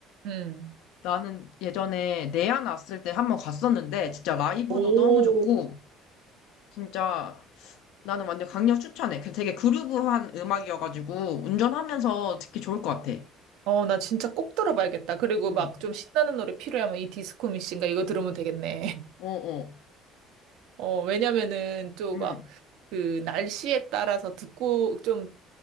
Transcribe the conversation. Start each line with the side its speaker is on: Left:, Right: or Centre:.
Right: 응,
Left: 나는 예전에 내안 왔을 때 한 번 갔었는데 진짜 라이브도
Right: 오,
Left: 너무 좋고 진짜 나는 완전 강력 추천해. 그 되게 그루브한 음악이어가지고 운전하면서 듣기 좋을 것 같아.
Right: 어, 나 진짜 꼭 들어봐야겠다. 그리고
Left: 응,
Right: 막 좀 신나는 노래 필요하면 이 디스코 미신가 이거 들으면 되겠네.
Left: 어, 어,
Right: <laughs> 어, 왜냐면은 또
Left: 응.
Right: 막 그 날씨에 따라서 듣고 좀